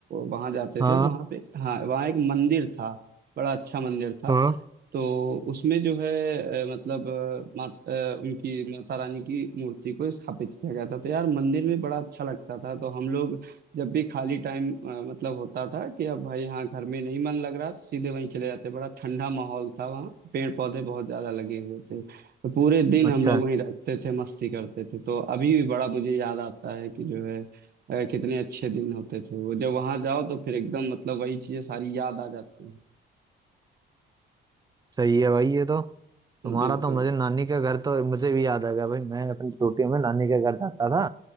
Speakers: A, on the right (about 50°); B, on the right (about 20°).
A: वहाँ जाते
B: हाँ
A: थे तो वहाँ पे हाँ वहाँ एक मंदिर था बड़ा अच्छा मंदिर था
B: हाँ
A: तो उसमें जो है अ, मतलब अ, मात, अ, उनकी माता रानी की मूर्ति को स्थापित किया गया था तो यार मंदिर में बड़ा अच्छा लगता था तो हम लोग जब भी खाली टाइम मतलब होता था कि अब भाई हाँ घर में नहीं मन लग रहा तो सीधे वहीं चले जाते बड़ा ठंडा माहौल था वहाँ पेड़ पौधे बहुत ज्यादा लगे हुए थे तो पूरे दिन
B: अच्छा
A: हम लोग वहीं रहते थे मस्ती करते थे तो अभी भी बड़ा मुझे याद आता है कि जो है अ, कितने अच्छे दिन होते थे वो जब वहां जाओ तो फिर एकदम मतलब वही चीजें सारी याद आ जाती
B: सही है भाई ये तो
A: हैं
B: तुम्हारा
A: बिल्कुल
B: तो मुझे नानी का घर तो मुझे भी याद आ गया भाई मैं अपनी छोटी में नानी के घर जाता था